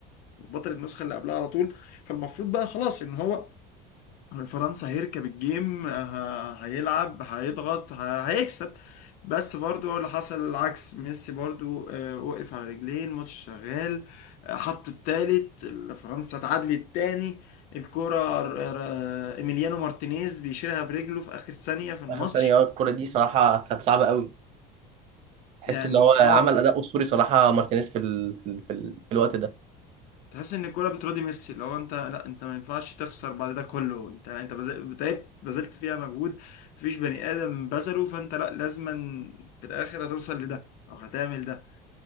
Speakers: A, on the left; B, on the right.
A: بطل النسخة اللي قبلها على طول فالمفروض بقى خلاص إن هو فرنسا هيركب الجيم ه- هيلعب هيضغط ه- هيكسب بس برضو اللي حصل العكس ميسي برضو آه، وقف على رجليه الماتش شغال آه، حط التالت فرنسا اتعادلت تاني الكرة ر- ر- ايميليانو مارتينيز بيشيلها برجله في اخر ثانية في الماتش
B: اخر ثانيه اه الكره دي صراحه كانت صعبه قوي تحس
A: يعني
B: اللي هو
A: اه
B: عمل اداء اسطوري صراحه مارتينيز في ال... في ال... في ال- في الوقت ده
A: تحس ان الكوره بتراضي ميسي لو انت لا انت ما ينفعش تخسر بعد ده كله انت انت بذل- تعبت بذلت فيها مجهود مفيش بني ادم بذله فانت لا لازما في الاخر هتوصل لده او هتعمل ده